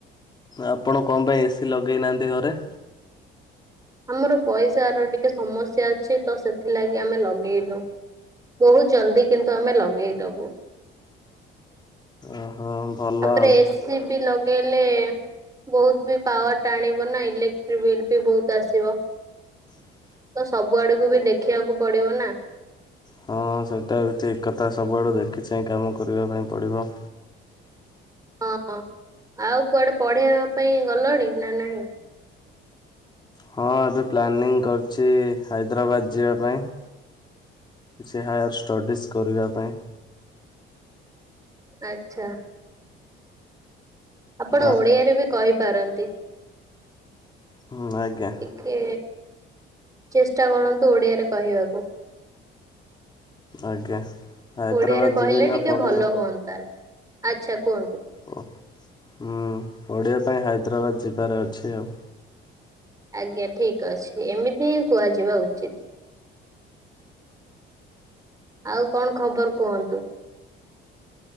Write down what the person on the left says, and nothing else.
ଆପଣ କଣ ପାଇଁ ଏ ସି ଲଗେଇନାହାନ୍ତି ଘରେ?
ଓହୋ। ଭଲ
ଆଉ
ହ <inaudible>
ହଁ, ସେଇଟା ବି ଠିକ୍ କଥା। ସବୁଆଡ଼ୁ ଦେଖି ଚାହିଁ କାମ କରିବା ପାଇଁ ପଡ଼ିବ।
ହଁ, ଏବେ ପ୍ଲାନିଂ କରୁଛି ହାଇଦ୍ରାବାଦ ଯିବା ପାଇଁ। କିଛି ହାୟାର୍ ଷ୍ଟଡ଼ିଜ କରିବା ପାଇଁ।
ଆ
ହୁଁ ଆଜ୍ଞା।
ଆଜ୍ଞା। ହାଇଦ୍ରାବାଦ
ଯିବି ନା
ପଢ଼ିବା
ଓ ହୁଁ ପଢିବା ପାଇଁ ହାଇଦ୍ରାବାଦ ଯିବାର ଅଛି ଆଉ।